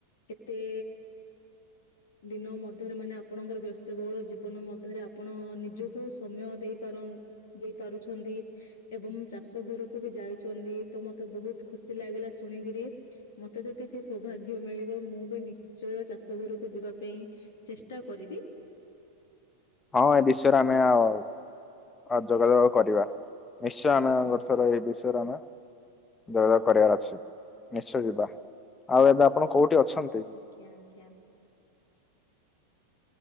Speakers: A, on the left; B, on the left.
A: ଏତେ ଦିନ ମଧ୍ୟରେ ମାନେ ଆପଣଙ୍କର ବ୍ୟସ୍ତବହୁଳ ଜୀବନ ମଧ୍ୟରେ ଆପଣ ନିଜକୁ ସମୟ ଦେଇପାର ଦେଇପାରୁଛନ୍ତି। ଏବଂ ଚାଷ ଘରକୁ ବି ଯାଇଛନ୍ତି। ତ ମତେ ବହୁତ ଖୁସି ଲାଗିଲା ଶୁଣିକିରି ମତେ ଯଦି ସେ ସୌଭାଗ୍ୟ ମିଳିବ ମୁଁ ବି ନିଶ୍ଚୟ ଚାଷ ଘରୁ କୁ ଯିବା ପାଇଁ ଚେଷ୍ଟା କରିବି।
B: ହଁ ଏ ବିଷୟରେ ଆମେ ଆଉ ଆଉ ଯୋଗାଯୋଗ କରିବା ନିଶ୍ଚୟ ଆମେ ଏ ବର୍ଷରେ ଏଇ ବିଷୟରେ ଆମେ ଯୋଗ କରିବାର ଅଛି ନିଶ୍ଚୟ ଯିବା ଆଉ ଏବେ ଆପଣ କୋଉଠି ଅଛନ୍ତି
A: ଆଜ୍ଞା ଆଜ୍ଞା